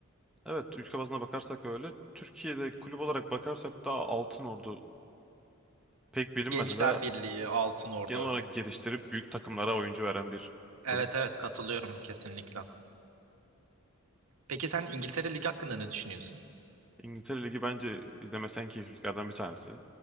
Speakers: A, in the centre; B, on the right (about 90°).
A: Evet, ülke bazına bakarsak öyle. Türkiye'de kulüp olarak bakarsak daha Altınordu pek bilinmese
B: Gençler
A: de
B: Birliği, Altın Ordu.
A: genel olarak geliştirip büyük takımlara oyuncu veren bir
B: Evet
A: kulüp.
B: evet katılıyorum kesinlikle. Peki sen İngiltere Ligi hakkında ne düşünüyorsun?
A: İngiltere Ligi bence izlemesi en keyifliliklerden bir tanesi.